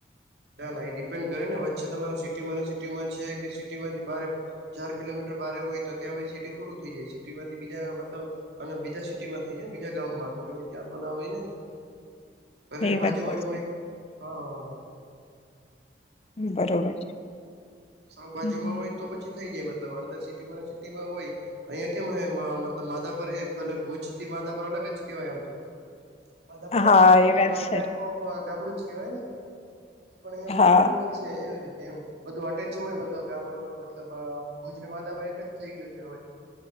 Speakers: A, on the right; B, on the left.
A: ના ના એ ડિપેન્ડ કરે ને વચ્ચે તમારો સિટીમાં સિટીમાં છે કે સિટીમાંથી બારે ચાર કિલોમીટર ભારે હોય તો ત્યાં સિટી પૂરું થઈ જાય સિટીમાંથી બીજા મલબ અને બીજા સિટીમાં થઈ જાય બીજા ગામ માં. પછી ત્યાં તો ના હોય ને પેલા
B: એ
A: ને બાજુમાં
B: વાત કરશે
A: જ હોય હા
B: બરોબર છે
A: શાકભાજીમાં
B: હમ.
A: હોય તો પછી જાય અંદર સટીમાં હોય અહયા કેમ મતલ માધાપ પ ભુજ માધાપર અલગ જ કેવાય આમ તો માધાપર
B: હા
A: હોય
B: એ વાત
A: વન
B: સાચી
A: ટાઈપ ગામડું કેવાય ને તો પણ અહિયાયા બધું
B: હા
A: અવેલેબલ છે એવી રીતે એવ બધું અ મતલબ ગામડું મતલબ ભુજને વાદા પર એક જ થઈ ગયું છે હવે